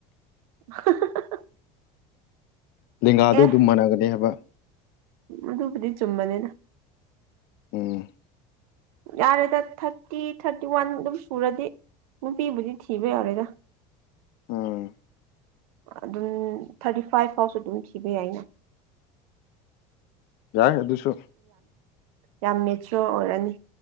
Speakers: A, on the right; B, on the left.
A: <unintelligible>
B: ꯂꯤꯡꯒꯥꯗꯨ
A: ꯑꯦ
B: ꯑꯗꯨꯝ ꯃꯥꯟꯅꯒꯅꯦ ꯍꯥꯏꯕ
A: ꯑꯗꯨꯕꯨꯗꯤ ꯆꯨꯝꯕꯅꯤꯅ
B: ꯎꯝ
A: ꯌꯥꯔꯦꯗ ꯊꯥꯔꯇꯤ ꯊꯥꯔꯇꯤ ꯋꯥꯟ ꯑꯗꯨꯝ ꯁꯨꯔꯗꯤ ꯐꯕꯨꯗꯤ ꯊꯕꯩ ꯌꯥꯔꯦꯗ
B: ꯑꯥ
A: ꯑꯗꯨꯝ ꯊꯥꯔꯇꯤ ꯐꯥꯏꯚ ꯐꯥꯎꯁꯨ ꯑꯗꯨꯝ ꯊꯤꯕ ꯌꯥꯏ ꯑꯩꯅ
B: ꯌꯥꯏ ꯑꯗꯨꯁꯨ
A: ꯌꯥꯝ ꯃꯦꯆꯌꯣꯔ ꯑꯣꯏꯔꯅꯤ